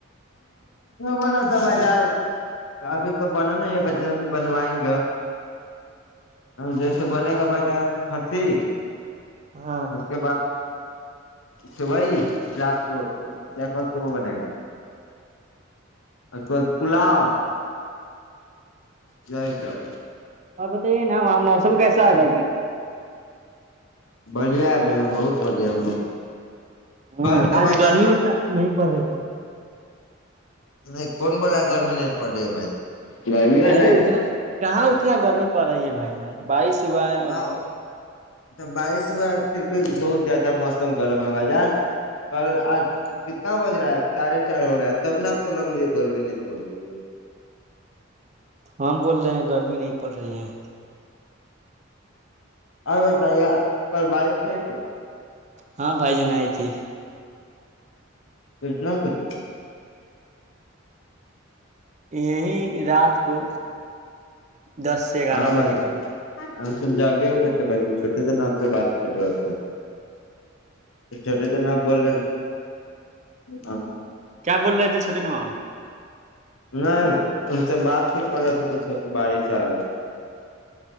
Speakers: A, on the left; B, on the right.
A: بنا تھا ب ابھی تو بنا نہیں ہے بان اب بنوائیں گے جیسے بنے گا بجان کسی
B: ہاں
A: <unintelligible> صبح ہی رات کو ج کال صبح بنے گا اھا پلاؤ جائے کر
B: اور بتائیے نا وہاں موسم کیسا ہے بھائی جار
A: بڑھیا ہے بھائی جان بہت بڑھیا
B: ہ
A: کل تو
B: آج
A: بھائی
B: گرمی
A: جان
B: اتنا نہیں پڑ رہی
A: نہیں کون بولا گرمی نہیں پڑ رہی ہے بھائی گرمی ہے
B: ارے
A: نہیں
B: اتنا کہاں اتنا گرمی پڑ رہی ہے بھائی جان بارش ہوا ہے ابھی
A: ہ تو بارس ہو پھر بھی بہت زیادہ موسم گرم ہے ب جان کل آج کتنا بج رہا ہے ساھے چار ہو رہا ہے تب ن آپ کو لگ رہی ہے گرمی نہیں کھول رہی ہے
B: ہم بول رہے ہیں گرمی نہیں پڑ رہی ہے
A: ہر ب بھائی کل بارر تھائے تھ
B: ہاں بھائی جنئی تھی
A: کرھر جنا کر جوے
B: یہی رات کو دس سے گیارہ
A: ہاں بھائی
B: بجے کھ نا
A: ہم سن جاؤگے بھ چھوٹے سے ن سے بات کر رہے تھ چھوٹے تو نپ بول رہے ہ
B: کیا بول رہے تھے چھوٹے ن وہاںاب
A: ن ا تو بات ہی پ تھ تو تھ بڑی سے رہ